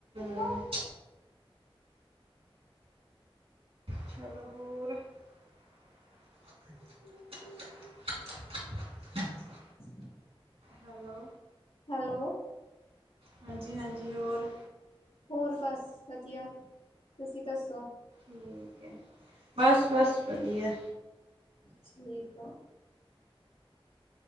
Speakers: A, on the right; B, on the left.
A: ਹਮ ਚਲੋ ਹੋਰ <inaudible>
B: <inaudible>
A: ਹੈਲੋ।
B: ਹੈਲੋ।
A: ਹਾਂਜੀ-ਹਾਂਜੀ ਹੋਰ
B: ਹੋਰ ਬਸ ਵਧੀਆ ਤੁਸੀਂ ਦੱਸੋ।
A: ਠੀਕ ਏ, ਬਸ-ਬਸ ਵਧੀਆ।
B: ਠੀਕ ਆ।